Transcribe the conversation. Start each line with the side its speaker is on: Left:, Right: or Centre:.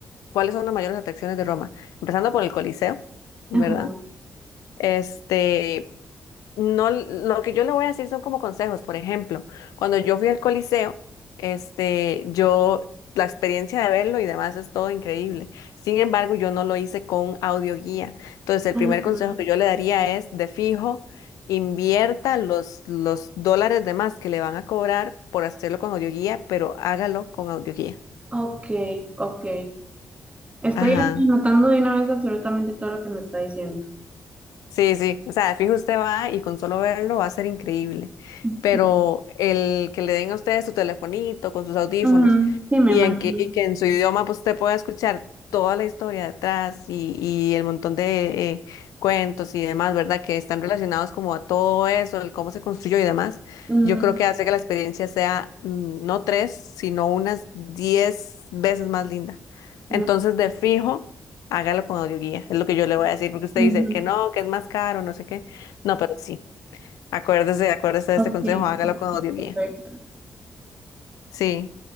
Left: ¿cuáles son las mayores atracciones de Roma? Empezando por el Coliseo. ¿verdad?
Right: Ajá.
Left: Este, no, lo que yo le voy a decir son como consejos. Por ejemplo, cuando yo fui al Coliseo, este, yo, la experiencia de verlo y demás es todo increíble. Sin embargo, yo no lo hice con audioguía. Entonces, el
Right: Ajá.
Left: primer consejo que yo le daría es, de fijo, invierta los, los dólares de más que le van a cobrar por hacerlo con audioguía, pero hágalo con audioguía.
Right: Ok, ok. Estoy
Left: Ajá.
Right: anotando de una vez absolutamente todo lo que me está diciendo.
Left: Sí, sí, o sea, de fijo usted va y con solo verlo va a ser increíble,
Right: Ok.
Left: pero el que le den a usted su telefonito con sus audífonos
Right: Ujú, Sí, me
Left: y,
Right: imagino.
Left: en que, y que en su idioma pues, usted pueda escuchar toda la historia detrás y, y el montón de eh, cuentos y demás, ¿verdad? Que están relacionados como a todo eso, el cómo se construyó y demás,
Right: Ujú,
Left: yo creo que hace que la experiencia sea mm, no tres, sino unas diez veces más linda.
Right: ujú,
Left: Entonces, de fijo. Hágalo con audioguía, es lo que yo le voy a decir, porque usted
Right: ujú,
Left: dice que no, que es más caro, no sé qué. No, pero sí, acuérdese, acuérdese de
Right: Ok,
Left: este consejo,
Right: ok,
Left: hágalo con audioguía.
Right: perfecto.
Left: Sí.